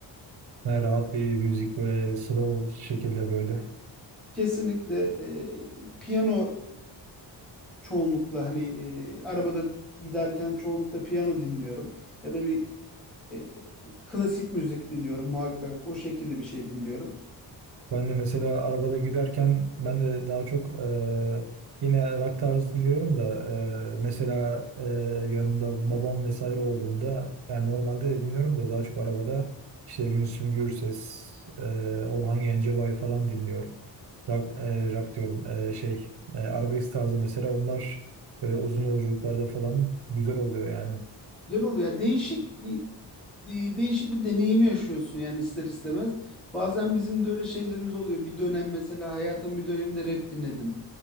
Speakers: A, on the right (about 60°); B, in the centre.
A: <laughs> Yani rahat bir müzik böyle slow şekilde böyle.
B: Kesinlikle e, piyano çoğunlukla hani e, arabada giderken çoğunlukla piyano dinliyorum. Ya da bir e, klasik müzik dinliyorum muhakkak. O şekilde bir şey dinliyorum.
A: Ben de mesela arabada giderken ben de daha çok e, yine rock tarzı dinliyorum da e, mesela e, yanımda babam vesaire olduğunda yani normalde de dinliyorum da daha çok arabada işte Müslüm Gürses, e, Orhan Gencebay falan dinliyorum. Rock, e, rock diyorum e, şey e, arabesk tarzı mesela onlar böyle uzun yolculuklarda falan güzel oluyor yani.
B: Güzel oluyor. Yani Değişik bir e, değişik bir deneyimi yaşıyorsun yani ister istemez. Bazen bizim de öyle şeylerimiz oluyor. Bir dönem mesela hayatım bir döneminde rap dinledim.